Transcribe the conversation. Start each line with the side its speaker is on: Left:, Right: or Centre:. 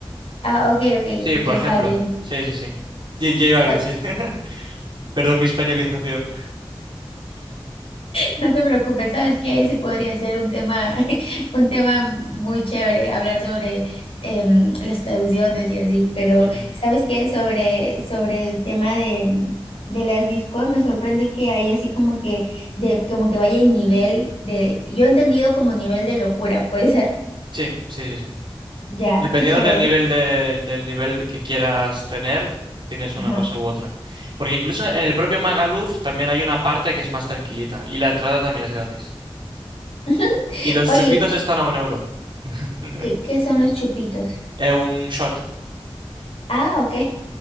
Left: Ah, ok, ok,
Right: Sí, por
Left: J
Right: ejemplo.
Left: Balvin.
Right: Sí, sí, sí. J, J
Left: Sa-
Right: Balvin, sí. <laughs> Perdón mi españolización.
Left: No te preocupes, sabes que ese podría ser un tema, <laughs> un tema muy chévere, hablar sobre em, las traducciones y así, pero
Right: Ujú.
Left: sabes que sobre, sobre el tema de, mm, de las discos, me sorprende que hay así como que, de, como que vaya en nivel de, yo he entendido como nivel de locura, <laughs> puede ser.
Right: Sí, sí, sí, sí.
Left: Ya,
Right: Dependiendo
Left: qué chévere.
Right: del nivel del del nivel que quieras tener, tienes
Left: Ajá.
Right: una cosa u otra. Porque incluso en el propio Magaluf también hay una parte que es más tranquilita y la entrada también es gratis.
Left: <laughs>
Right: Y los
Left: Oye,
Right: chupitos están a un euro. <laughs>
Left: ¿qué, qué son los chupitos?
Right: Eh, un shot,
Left: Ah, ok,